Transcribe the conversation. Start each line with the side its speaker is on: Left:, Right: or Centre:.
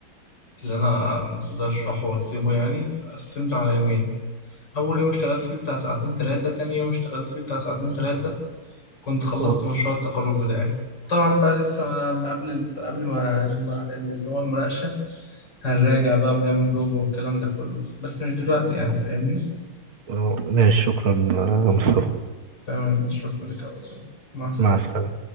Left: اللي انا مقدرش اشرحه واكتبه يعني قسمته على يومين اول يوم اشتغلت فيه بتاع ساعتين ثلاثه تاني يوم اشتغلت فيه بتاع ساعتين ثلاثه كنت خلصت
Right: اه
Left: مشروع التخرج بتاعي طبعا بقى لسه ما ما قبل ال- قبل ما ما- اللي هو المناقشه هنراجع بقى ونعمل بروفا والكلام ده كله بس مش دلوقتي يعني
Right: اه
Left: فاهمني
Right: آه، ماشي شكرا يا مصطفى
Left: تمام شكرا لك يا عبد الرحمن. مع السلامه
Right: مع السلامة